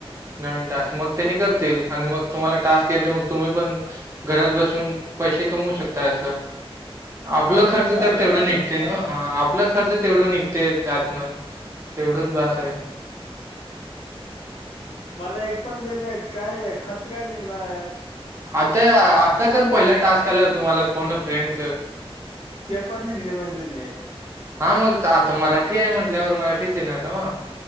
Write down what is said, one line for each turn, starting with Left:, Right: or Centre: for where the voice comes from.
Right: नवीन टास्क मग त्यांनी करतील आणि मग तुम्हाला टास्क येते मग तुम्ही पण घरात बसुन पैसे कमवु शकता अस आपला
Left: काय
Right: खर्च
Left: पण चालू
Right: तर
Left: आहे
Right: तेवढ
Left: इथं
Right: निघते ना हा आपला खर्च तेवढ निघते त्यातन तेवढच बास आहे
Left: मला एक पण देल आहेत काय खर्च काय निघणार यात
Right: आता आता तर पहिला टास्क आला तुम्हाला फोन अ फ्रेंडच
Left: ते पण हिंदी मध्ये नाही
Right: हा मग आता मराठी आहे म्हटल्यावर मराठीच येणार ना मग